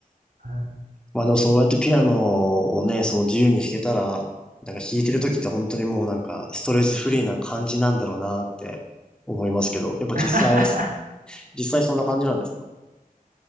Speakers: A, on the right; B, in the centre.
A: はい
B: まあでもそうやってピアノをね、その自由に弾けたら、なんか弾いてる時って本当にもうなんかストレスフリーな感じなんだろうなって思いますけど、やっぱ実際、
A: <laughs>
B: 実際そんな感じなんですか